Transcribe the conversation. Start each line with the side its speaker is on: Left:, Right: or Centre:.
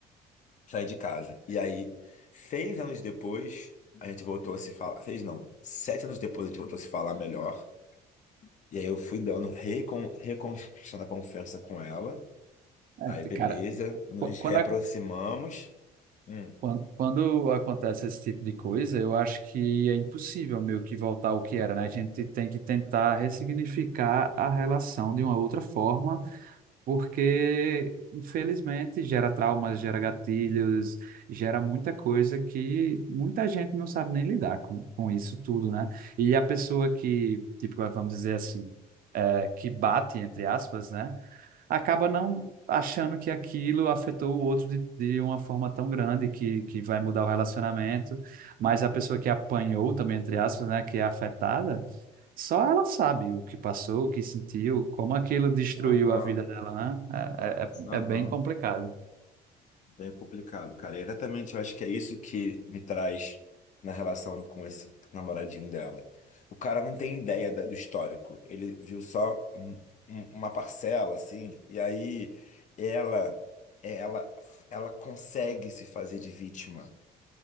Left: sair de casa. E aí, seis anos depois, a gente voltou a se falar, seis não, sete anos depois a gente voltou a se falar melhor, e aí eu fui dando, recon, reconquistando a confiança com ela,
Right: É,
Left: aí
Right: t-
Left: beleza,
Right: cara,
Left: nos
Right: qu- quando
Left: reaproximamos, hum,
Right: Quando, quando acontece esse tipo de coisa, eu acho que é impossível meio que voltar ao que era, né? A gente tem que tentar ressignificar a relação de uma outra forma, porque, infelizmente, gera traumas, gera gatilhos, gera muita coisa que muita gente não sabe nem lidar com, com isso tudo, né? E a pessoa que, tipo, vamos dizer assim, é, que bate, entre aspas, né? acaba não achando que aquilo afetou o outro de, de uma forma tão grande que, que vai mudar o relacionamento, mas a pessoa que apanhou também, entre aspas, né, que é afetada, só ela sabe o que passou, o que sentiu, como aquilo destruiu
Left: Aham,
Right: a vida dela, né? É, é,
Left: aham.
Right: é é bem complicado.
Left: Bem complicado, cara. E exatamente, eu acho que é isso que me traz na relação com esse namoradinho dela. O cara não tem ideia da- do histórico. Ele viu só um- um- uma parcela, assim, e aí ela, ela, ela consegue se fazer de vítima.